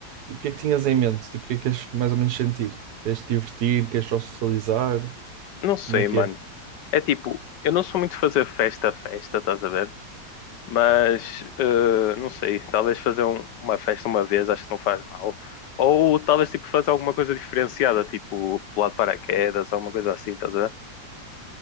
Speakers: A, on the right (about 65°); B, on the left (about 70°).
A: E o que é que tinhas em mente? Tipo, o que é que queres mais ou menos sentir? Queres te divertir? Queres só socializar?
B: não sei,
A: Como é que
B: mano.
A: é?
B: É tipo, eu não sou muito fazer festa a festa, estás a ver? Mas eh, não sei, talvez fazer um- uma festa uma vez acho que não faz mal. Ou talvez tipo fazer alguma coisa diferenciada, tipo pular de paraquedas, alguma coisa assim, estás a ver?